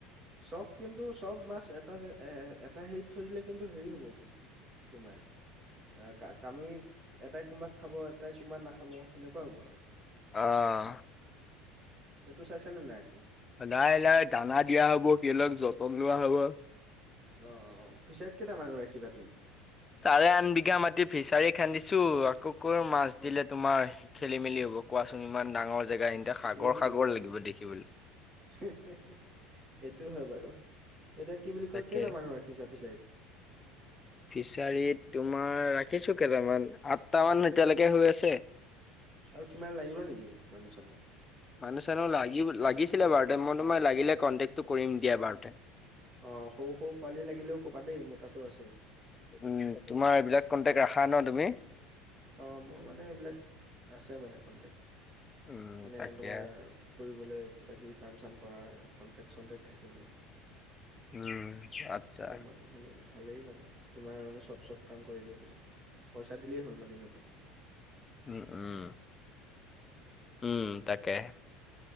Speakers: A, on the right (about 25°); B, on the left (about 15°).
A: চব কিন্তু চব মাছ এটা জ এ এটা হেৰিত থৈ দিলে কিন্তু হেৰি হ'ব কিন্তু তোমাৰ অহ কামি। এটাই কোনোবাক খাব এটাই কোনোবাত নাখাব সেনেকুৱা হ'ব আৰু।
B: অহ।
A: সেইটো চাইছানে নাই আকৌ?
B: নাই নাই দানা দিয়া হ'ব ক লক যতন লোৱা হ'ব।
A: অ অ ফিচাইত কেইটা মানুহ ৰাখিবা তুমি?
B: চাৰে আঠ বিঘা মাটি ফিচাৰী খান্দিছো আকৌ ক মাছ দিলে তোমাৰ খেলি মেলি হ'ব। কোৱাচোন ইমান ডাঙৰ জেগা এতে সাগৰ
A: সেইটোৱে
B: সাগৰ
A: সেইটোৱে
B: লাগিব দেখিবলৈ
A: সেইটো হয় বাৰু এতিয়া কি বুলি
B: তাকে।
A: কয় কেইটা মানুহ ৰাখিছা ফিচাইত?
B: ফিচাৰীত তোমাৰ ৰাখিছো কেইটামান আঠট মান এতিয়ালৈকে হৈ আছে।
A: আৰু কিমান লাগিব নেকি মানুহ চানুহ
B: মানুহ চানো ল লাগিছিলে বাৰু মই তোম লাগিলে কনটেক্টো কৰিম দিয়া বাৰুতে
A: অ সৰু সৰু পোৱালি লাগিলেও কবা দেই মোৰ তাতো আছে।
B: উম তোমাৰ এইবিলাক কন্টেক্ট ৰাখা ন তুমি?
A: অ মোৰ মানে এইবিলাক আছে মানে কনটেক
B: উম
A: মানে
B: তাকে
A: তোমাৰ কৰিবলে? কিবা কিবি কাম চাম কৰা কণ্টেক্ট চনটেকট থাকে মোৰ।
B: উম আচ্ছা
A: লাম মানুহ সেনে ভালেই মানে তোমাৰ মানে চব চব কাম কৰি দিয়ে মানে পইচা দিলেই হ'ল মানে ইহঁতক
B: উ উম উম তাকে